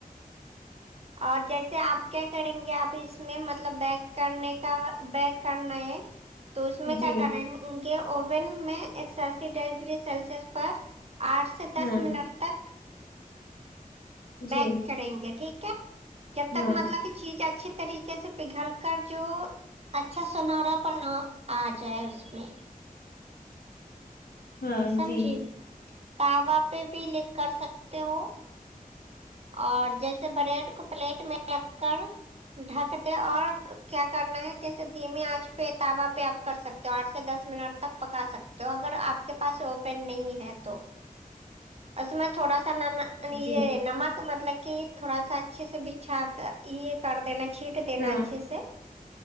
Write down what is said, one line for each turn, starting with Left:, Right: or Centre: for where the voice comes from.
Right: اور جیسے آپ کیا کریں گے اب اس میں مطلب بیک کرنے کا بیک کرنا ہے تو اس میں کیا
Left: جی
Right: کریں ان کے اوون میں ایک سوی ڈگری سیلسس پر آٹ سے دس
Left: ہاں
Right: منٹ تک
Left: جی
Right: بیک کریں گے ٹھیک ہے جب
Left: ہاں
Right: تک مطلب کی چیز اچھی طریقے سے پگھل کر جو اچھا سنہرا پن آ جائے اس میں
Left: ہاں
Right: سمجھی
Left: جی
Right: تاوا پہ بھی لے کر سکتے ہو اور جیسے بریڈ کو پلیٹ میں رکھ کر ڈھک دے اور کیا کرنا ہے جیسے دھیمی آنچ پہ تاوا پہ آپ کر سکتے ہو آٹھ سے دس منٹ تک پکا سکتے ہو اگر آپ کے پاس اوین نہیں ہے تو اس میں تھوڑا سا ن ن یہ
Left: جی
Right: نمک مطلب کہ تھوڑا سا اچھے سے بچھا کر یہ کر دینا چھیٹ دینا
Left: ہاں
Right: اچھے سے